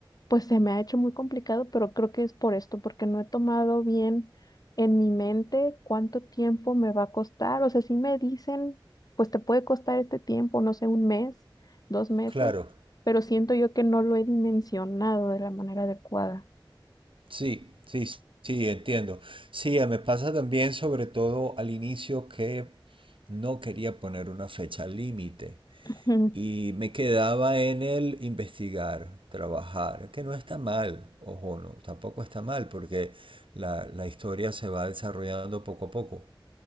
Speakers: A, on the left (about 45°); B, on the right (about 85°).
A: pues se me ha hecho muy complicado, pero creo que es por esto, porque no he tomado bien en mi mente cuánto tiempo me va a costar. O sea, si me dicen, pues te puede costar este tiempo, no sé, un mes, dos meses,
B: claro.
A: pero siento yo que no lo he dimensionado de la manera adecuada.
B: Sí, sí, sí, entiendo. Sí, eh, me pasa también sobre todo al inicio que no quería poner una fecha límite.
A: Ujú,
B: Y me quedaba en el investigar, trabajar, que no está mal, ojo, no, tampoco está mal porque la, la historia se va desarrollando poco a poco.